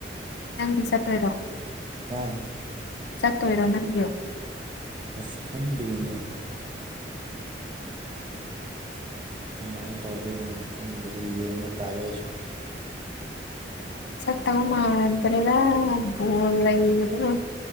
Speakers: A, on the left; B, on the right.
A: ꯅꯪꯗꯤ ꯆꯠꯇꯣꯏꯔꯣ
B: ꯍꯥꯥꯌꯥ
A: ꯆꯠꯇꯣꯏꯔꯣ ꯅꯪꯗꯤ
B: ꯑꯁ ꯈꯪꯗ꯭ꯔꯤꯅꯦ ꯀꯃꯥꯏ ꯇꯧꯗꯣꯏꯅꯣ ꯈꯪꯗ꯭ꯔꯦ ꯌꯦꯡꯕ ꯇꯥꯔꯦ ꯑꯩꯁꯨ
A: ꯆꯠꯇꯧ ꯃꯥꯟꯗ꯭ꯔꯦꯗ ꯕꯣꯜ ꯂꯩꯕꯗꯨꯅ